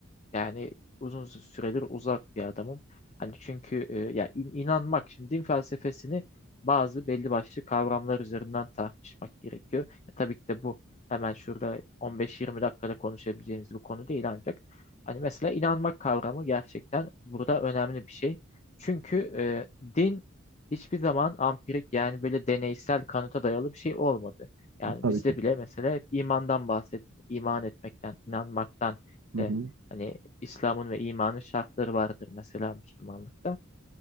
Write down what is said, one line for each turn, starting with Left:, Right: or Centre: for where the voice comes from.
Left: Yani uzun süredir uzak bir adamım. Hani çünkü e, ya in- inanmak şimdi din felsefesini bazı belli başlı kavramlar üzerinden tartışmak gerekiyor. Ya tabii ki de bu hemen şurada 15-20 dakikada konuşabileceğimiz bir konu değil ancak hani mesela inanmak kavramı gerçekten burada önemli bir şey. Çünkü e, din hiçbir zaman ampirik yani böyle deneysel kanıta dayalı bir şey olmadı. Yani
Right: tabii
Left: bizde
Right: ki.
Left: bile mesela hep imandan bahsedilir. İman etmekten, inanmaktan işte
Right: Hı hı.
Left: Hani İslam'ın ve imanın şartları vardır mesela Müslümanlıkta.